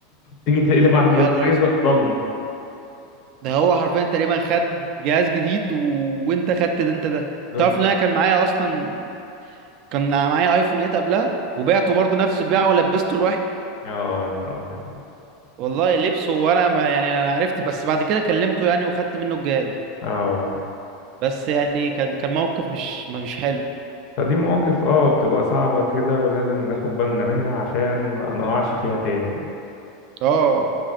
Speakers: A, on the left (about 50°); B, on the right (about 50°).
A: تيجي تقلب على البورتريه
B: يا نهار اسود
A: ضلمه
B: ده هو حرفيا تقريبا خد جهاز جديد و... وانت خدت ده انت ده
A: بالظبط
B: تعرف ان انا كان معايا اصلا كان معايا ايفون 8 قبلها وبعته برضه نفس البيعه ولبسته
A: اه يا نهار ابيض
B: والله لبسه وانا ما يعني انا عرفت بس بعد كده كلمته يعني وخدت منه الجهاز
A: اه
B: بس يعني كان كان موقف مش ما- مش حلو
A: فدي مواقف اه بتبقى صعبة كده ولازم ناخد بالنا منها عشان ما نقعش فيها تاني
B: اه